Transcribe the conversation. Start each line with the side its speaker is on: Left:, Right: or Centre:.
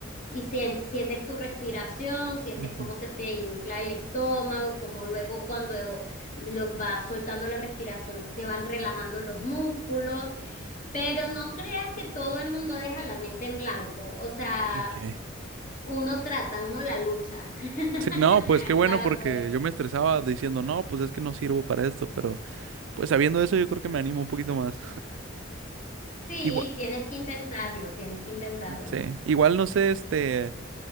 Left: Y sien- sientes tu respiración, sientes
Right: ujú.
Left: cómo se te infla el estómago, cómo luego cuando lo vas soltando la respiración se van relajando los músculos. Pero no creas que todo el mundo deja la mente en blanco, o sea,
Right: Ok.
Left: uno trata, uno la lucha <laughs>
Right: Sí, no, pues qué bueno
Left: para
Right: porque
Left: poder.
Right: yo me estresaba diciendo, no, pues es que no sirvo para esto, pero pues sabiendo eso yo creo que me animo un poquito más. <laughs>
Left: Sí,
Right: Igual,
Left: tienes que intentarlo, tienes que intentarlo.
Right: Sí, igual no sé, este,